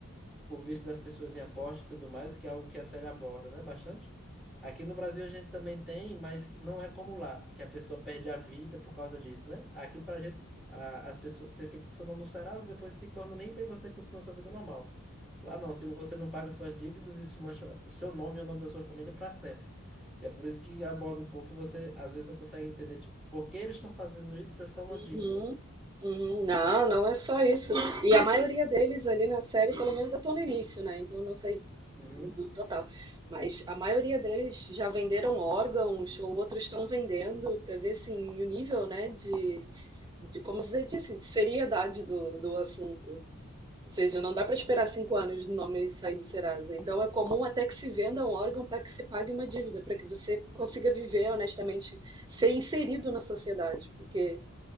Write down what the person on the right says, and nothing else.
uhum,
uhum. Não, não é só isso. E a maioria deles ali na série, pelo menos eu tô no início, né? Então eu não sei
do total. Mas a maioria deles já venderam órgãos ou outros estão vendendo para ver assim, o nível, né, de, de como você disse, de seriedade do, do assunto. Ou seja, não dá para esperar cinco anos do nome sair do Serasa. Então é comum até que se venda um órgão para que se pague uma dívida, para que você consiga viver honestamente, ser inserido na sociedade. Porque